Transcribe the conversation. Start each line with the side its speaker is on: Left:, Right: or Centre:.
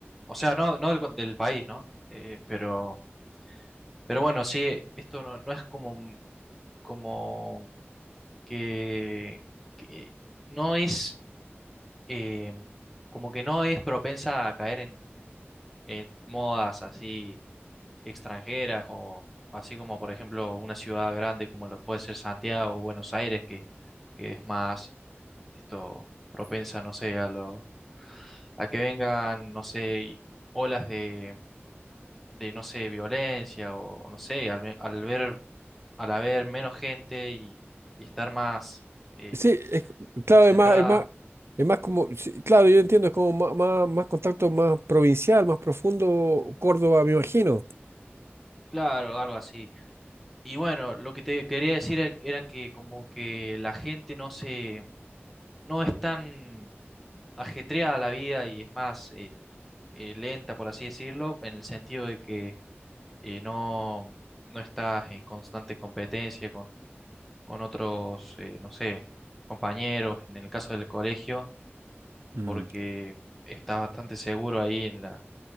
Centre: o sea, no, no del, con- del país, ¿no? Eh, pero, pero bueno, sí, esto no, no es como, como que, que no es eh, como que no es propensa a caer en, en modas así extranjeras o así como por ejemplo una ciudad grande como lo puede ser Santiago o Buenos Aires que, que es más esto propensa, no sé, a lo, a que vengan, no sé, olas de, de no sé, violencia o no sé, al, ve- al ver, al haber menos gente y, y estar más eh,
Right: Sí, es, claro,
Centre: concentrada,
Right: es más, es más, es más como, sí, claro, yo entiendo, es como más, más, más contacto más provincial, más profundo, Córdoba, me imagino.
Centre: claro, algo así. Y bueno, lo que te quería decir e- era que como que la gente no se, no es tan ajetreada la vida y es más eh, eh, lenta, por así decirlo, en el sentido de que eh, no, no estás en constante competencia con, con otros, eh, no sé, compañeros, en el caso del colegio,
Right: Mm.
Centre: porque estás bastante seguro ahí en la,